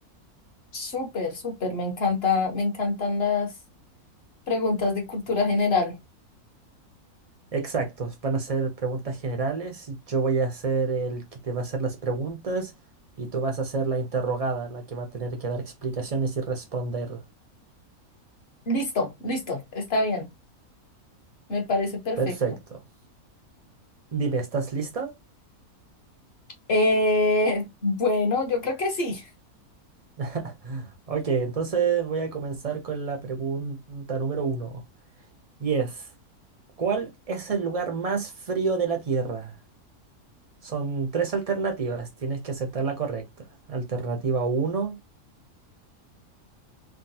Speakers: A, on the left (about 45°); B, on the right (about 55°).
A: Súper, súper, me encanta, me encantan las preguntas de cultura general.
B: Exacto, van a ser preguntas generales, yo voy a ser el que te va a hacer las preguntas y tú vas a ser la interrogada, la que va a tener que dar explicaciones y responder.
A: Listo, listo, está bien, me parece perfecto.
B: Perfecto. Dime, ¿estás lista?
A: Eh, bueno, yo creo que sí.
B: <laughs> Ok, entonces voy a comenzar con la pregunta número uno. Y es, ¿cuál es el lugar más frío de la Tierra? Son tres alternativas, tienes que aceptar la correcta. Alternativa 1,